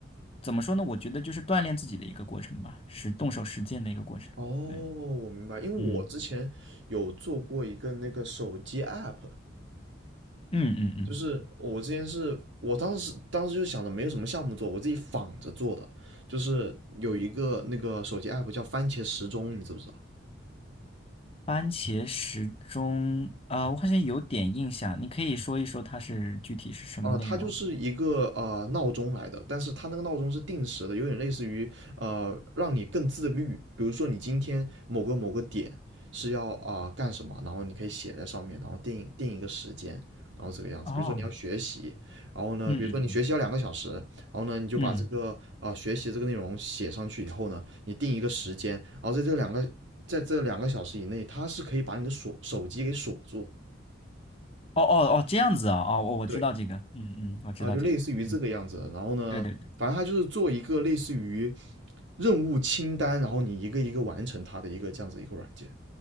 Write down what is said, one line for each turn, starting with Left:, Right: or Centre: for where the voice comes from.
Left: 怎么说呢？我觉得就是锻炼自己的一个过程吧，是动手实践的一个过程。
Right: 哦，我明白，
Left: 对，
Right: 因为我之前有做过一个那个手机
Left: 嗯
Right: app，
Left: 嗯嗯嗯。
Right: 就是我之前是我当时当时就想着没有什么项目做，我自己仿着做的，就是有一个那个手机 app 叫番茄时钟，你知不知道？
Left: 番茄时钟啊，我好像有点印象，你可以说一说它是具体是什么内容？
Right: 哦、它就是一个呃闹钟来的，但是它那个闹钟是定时的，有点类似于呃让你更自律。比如说你今天某个某个点是要啊、呃干什么，然后你可以写在上面，然后定定一个时间，然后这个样子。
Left: 啊，
Right: 比如说你要学习，然后呢，
Left: 嗯嗯
Right: 比如说你学习要两个小时，然后呢你就把这个啊、
Left: 嗯嗯，
Right: 呃学习这个内容写上去以后呢，你定一个时间，然后在这两个在这两个小时以内，它是可以把你的锁手机给锁住。
Left: 哦哦哦，这样子啊，哦，我我知道这个，
Right: 对，
Left: 嗯嗯，我知道这个，
Right: 啊，就类似于这个样子。
Left: 嗯，
Right: 然后呢，
Left: 对对对，
Right: 反正它就是做一个类似于任务清单，然后你一个一个完成它的一个这样子一个软件，